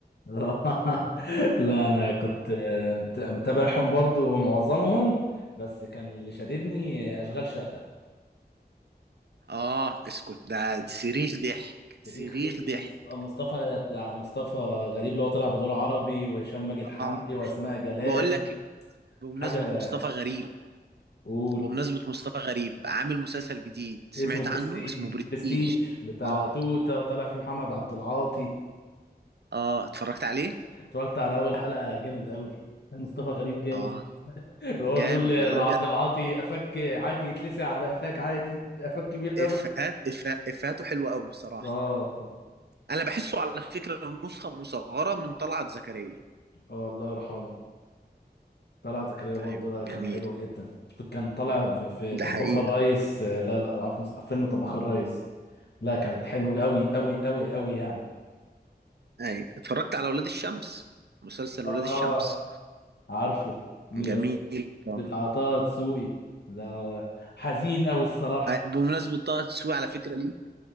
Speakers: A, on the left (about 80°); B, on the right (about 75°).
A: <laughs> لا انا كنت مت- متابعهم برضو معظمهم بس كان اللي شددني اشغال شقه
B: اه اسكت ده صريخ ضحك
A: تاريخ
B: صريخ
A: دي
B: ضحك
A: مص- آه، مصطفى مصطفى غريب اللي هو طلع بدور عربي وهشام ماجد حمدي
B: اه
A: واسماء جلال
B: بقول لك إيه، بمناسبة
A: حاجه
B: مصطفى غريب
A: قول
B: بمناسبة مصطفى غريب عامل مسلسل جديد سمعت
A: اسمه برستيج
B: عنه اسمه برستيج
A: برستيج بتاع
B: اه
A: توته وطلع فيه محمد عبد العاطي
B: اه اتفرجت عليه
A: اتفرجت على اول حلقه جامد قوي <laughs> مصطفى غريب جامد
B: اه
A: <laughs> وهو
B: جامد
A: بيقول ل-
B: والله
A: لعبد
B: بجد
A: العاطي قفاك عادي يتلسع على قفاك عادي قفاك كبير قوي
B: افهات إف- افهاته حلوة قوي بصراحة
A: اه اه
B: انا بحسه على فكرة نسخة مصغرة من طلعت زكريا
A: آه، الله يرحمه طلعت زكريا برضه
B: ايوه
A: ده
B: جميل
A: كان حلو جدا كان طالع ب- في
B: ده
A: طباخ
B: حقيقة
A: الريس آه، لا لا عارف مس- فيلم طباخ الريس لا كانت حلوة أوي أوي أوي أوي يعني
B: ايوه اتفرجت على ولاد الشمس مسلسل
A: اه
B: ولاد الشمس
A: عارفه م-
B: جميل آه.
A: بتاع طه دسوقي ده حزين أوي الصراحة
B: آه، بمناسبة طه دسوقي على فكرة ليه